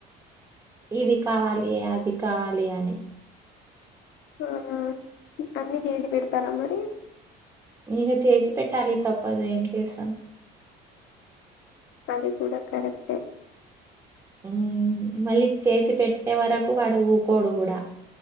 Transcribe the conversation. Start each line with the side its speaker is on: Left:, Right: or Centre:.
Right: ఇది కావాలి అది కావాలి అని
Left: ఆ అన్ని చేసి పెడతారా మరి
Right: ఇగ చేసి పెట్టాలి తప్పదు ఏం చేసాం
Left: అది కూడా కరెక్టే
Right: హ్మ్ మళ్ళీ చేసి పెట్టే వరకు వాడు ఊకోడు కూడా